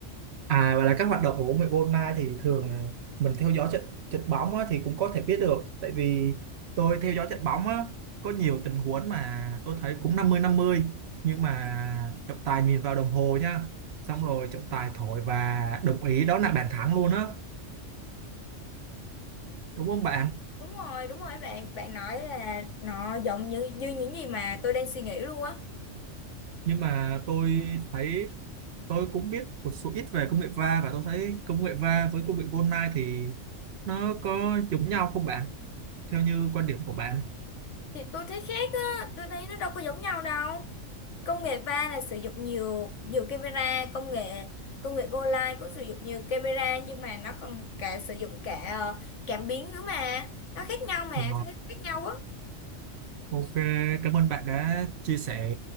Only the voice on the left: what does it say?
đúng rồi đúng rồi bạn bạn nói là nó giống như như những gì mà tôi đang suy nghĩ luôn á
thì tôi thấy khác á tôi thấy nó đâu có giống nhau đâu công nghệ va là sử dụng nhiều nhiều camera công nghệ công nghệ Go Live cũng sử dụng nhiều camera nhưng mà nó còn cả sử dụng cả ờ, cảm biến nữa mà nó khác nhau mà
tôi thấy khác nhau á